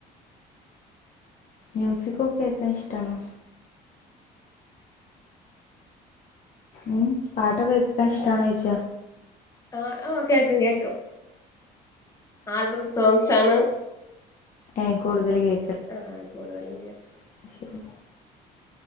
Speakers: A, on the left (about 45°); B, on the left (about 20°).
A: മ്യൂസിക്കൊക്കെ കേക്കാൻ ഇഷ്ടാണോ ഉം പാട്ടൊക്കെ കേക്കാൻ ഇഷ്ടാണോ ചോയ്ച
B: ആ ആ കേക്കും കേക്കും ആൽബം സോങ്സാണ്
A: എ കൂടുതൽ കേ
B: ആ കൂടുതലും കേക്കും
A: ശരി